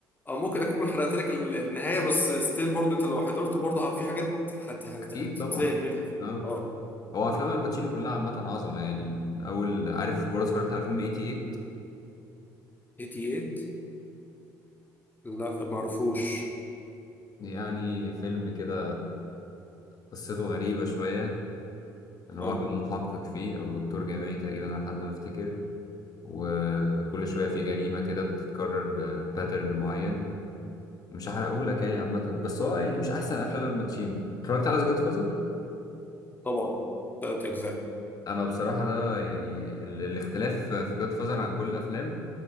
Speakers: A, on the left; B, on the left.
A: آه، ممكن اكون حرقت لك ال- النهايه بس ستيل برضه انت لو حضرته برضه في حاجات هت- هت-
B: اكيد
A: هتتذهل
B: طبعا
A: منها
B: اه
A: اه
B: هو افلام الباتشينو كلها عامه عظمه يعني من اول عارف برضه اتفرجت على فيلم 88
A: 88 لا ما اعرفوش
B: يعني فيلم كده قصته غريبة شوية إن هو
A: اه
B: كان محقق فيه أو دكتور جامعي تقريبا على حد ما أفتكر وكل شوية في جريمة كده بتتكرر بباترن معين مش هحرقهولك يعني عامة بس هو يعني مش أحسن أفلام الباتشينو اتفرجت على جاد فازر؟
A: طبعا ثلاث اجزاء
B: أنا بصراحة ده يعني ال- الاختلاف في جاد فازر عن كل الأفلام